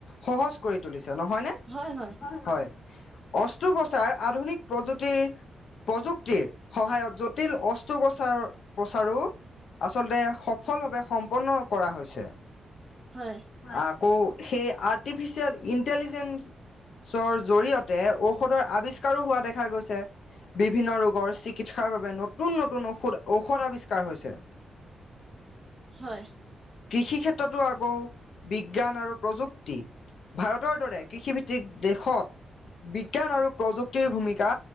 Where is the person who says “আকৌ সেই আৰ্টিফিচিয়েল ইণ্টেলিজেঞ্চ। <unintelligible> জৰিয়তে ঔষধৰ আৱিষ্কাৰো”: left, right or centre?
Left